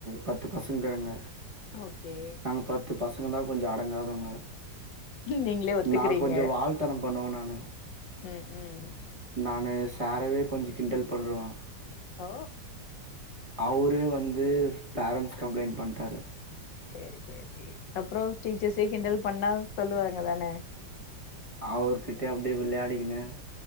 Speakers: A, on the right; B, on the left.
A: பத்து பசங்கங்க
B: ஓகே
A: நாங்க பத்து பசங்க தா கொஞ்சோ அடங்காதவங்க
B: நீங்களே ஒத்துக்கிறீங்க
A: நா கொஞ்சோ வால்த்தன பண்ணுவே நானு
B: ம் ம்
A: நானு சாரவே கொஞ்சோ கிண்டல் பண்றவே
B: ஓ
A: அவரே வந்து பேரண்ட்ஸ் கம்ப்ளைண்ட் பண்ணிட்டாரு
B: சேரி சேரி சேரி அப்பறோ டீச்சர்ஸே கிண்டல் பண்ணா சொல்லுவாங்க தான
A: அவர்கிட்டே அப்டியே வெளையாடிக்கின்னு